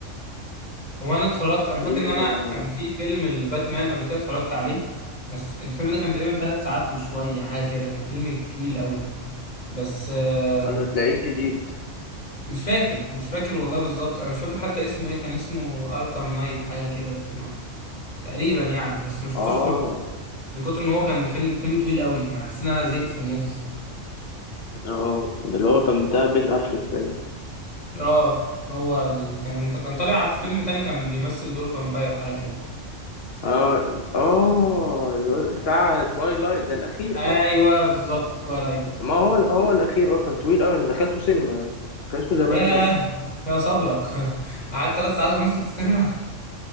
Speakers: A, on the left (about 35°); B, on the left (about 65°).
A: هو انا اتفرجت انا
B: في
A: فاكر ان انا
B: كذا حاجة
A: كان في فيلم الباتمان قبل كده اتفرجت عليه بس الفيلم ده كان تقريبا ثلاث ساعات وشويه حاجه كده كان فيلم طويل قوي بس آه،
B: أنا تلاقيه جديد
A: مش فاكر مش فاكر والله بالظبط انا مش فاكر حتى اسمه ايه كان اسمه اركام نايت حاجه كده لكن آه، تقريبا يعني بس ما شفتوش
B: آه
A: كله من كتر ما هو كان فيلم فيلم طويل قوي يعني حسيت ان انا زهقت في النص
B: آه اللي هو كان بتاع بين أفليك باين
A: اه هو ال... كان كان طالع في فيلم تاني كان بيمثل دور فامباير حاجه كده
B: آه آه الو- بتاع توايلايت ده الأخير
A: ايوه
B: آه
A: بالظبط توايلايت
B: ما هو هو الأخير آه كان طويل أوي أنا دخلته سينما ده كان اسمه ذا
A: ياه
B: باتمان
A: يا صبرك <laughs> قعدت ثلاث ساعات ونص في السينما